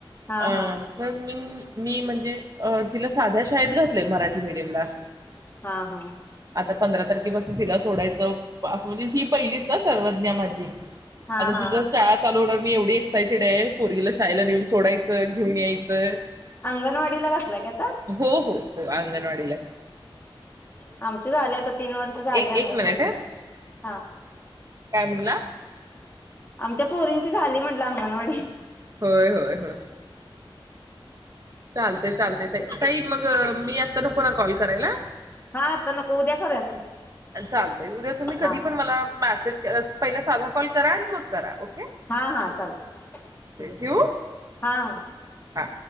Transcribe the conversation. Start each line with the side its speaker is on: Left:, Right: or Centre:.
Left: हा
Right: अ
Left: हा
Right: पण म मी म्हणजे अ तिला साध्या शाळेत घातलंय मराठी मीडियमला असं
Left: हा हा
Right: आता पंधरा तारखेपासून तिला सोडायचं ही पहिलीच ना सर्वज्ञ माझी
Left: हा
Right: अता
Left: हा
Right: शाळ चालो मी एवढी एक्सायटेड आहे पोरगीला शाळेला नेऊन सोडायचं घेऊन यायचं
Left: अंगणवाडीला घातला का आता
Right: हो हो हो अंगणवाडीला हाय
Left: आमचे झाले आता तीन वर्ष झाली
Right: एक
Left: अंगणवाडी
Right: एक मिनिट ह
Left: हा
Right: काय म्हणला
Left: आमच्या पोरींची झाली म्हनलं अंगणवाडी
Right: होय होय होय चालतय चालतय
Left: चालते
Right: ताई मग मी आता नको ना कॉल करायला
Left: हा आता नको उद्या करूया की
Right: चालतय उद्या तुम्ही कधी
Left: हा
Right: पण
Left: चाल
Right: मला मेसेज पहिला साधा कॉल करा आणि मग करा ओ
Left: हा हा चालतय चालते
Right: ठेवू
Left: हा हा
Right: हां